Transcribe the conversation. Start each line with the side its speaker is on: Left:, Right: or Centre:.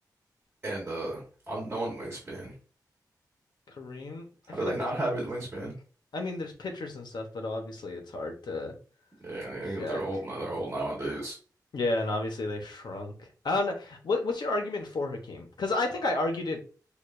Right: and uh unknown wingspan.
Left: <laughs> Kareem,
Right: How
Left: I feel
Right: do they
Left: like
Right: not
Left: there's pictures
Right: have it wingspan?
Left: and stuff. I mean, there's pictures and stuff, but obviously it's hard to
Right: Yeah,
Left: check.
Right: you know, they're old now. They're old nowadays.
Left: Yeah, and obviously they shrunk. I don't know. What what's your argument for Hakeem? Because I think I argued it